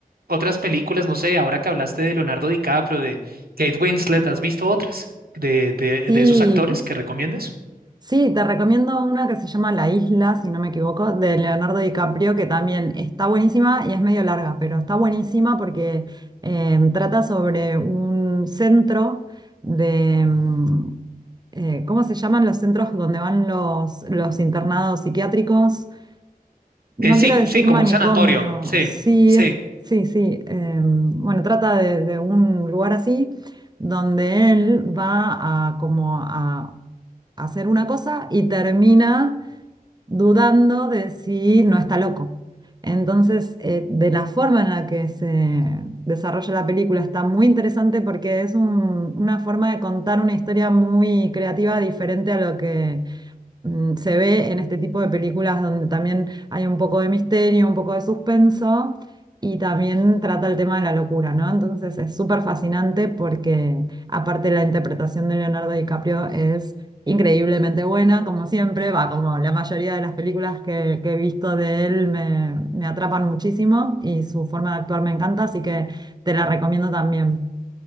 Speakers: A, on the right; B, on the right.
A: otras películas, no sé, ahora que hablaste de Leonardo DiCaprio, de Kate Winslet, ¿has visto otras de, de,
B: Sí,
A: de esos actores que recomiendes?
B: sí, te recomiendo una que se llama La Isla, si no me equivoco, de Leonardo DiCaprio, que también está buenísima y es medio larga, pero está buenísima porque eh, trata sobre un centro de, mm, eh, ¿cómo se llaman los centros donde van los, los internados psiquiátricos? No
A: Eh, sí,
B: quiero decir
A: sí, como
B: manicomio,
A: un sanatorio, sí,
B: sí,
A: sí,
B: es, sí, sí. eh, bueno, trata de, de un lugar así donde él va a como a hacer una cosa y termina dudando de si no está loco. Entonces, eh, de la forma en la que se desarrolla la película está muy interesante porque es un- una forma de contar una historia muy creativa diferente a lo que mm, se ve en este tipo de películas donde también hay un poco de misterio, un poco de suspenso y también trata el tema de la locura, ¿no? Entonces es súper fascinante porque aparte la interpretación de Leonardo DiCaprio es increíblemente buena, como siempre, va, como la mayoría de las películas que, que he visto de él me, me atrapan muchísimo y su forma de actuar me encanta, así que te la recomiendo también.